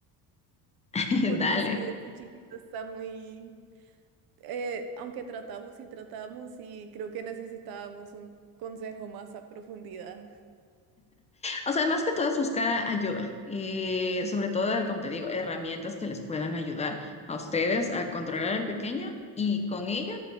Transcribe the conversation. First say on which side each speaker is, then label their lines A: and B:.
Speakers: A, on the left (about 15°); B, on the right (about 60°).
A: <laughs>
B: porque
A: Dale.
B: sí, este chiquito está muy, eh, aunque tratamos y tratamos y creo que necesitábamos un consejo más a profundidad. <laughs>
A: O sea, más que todo es buscar ayuda. Y sobre todo,
B: Sí.
A: como te digo, herramientas que les puedan ayudar a ustedes a controlar al pequeño y con ello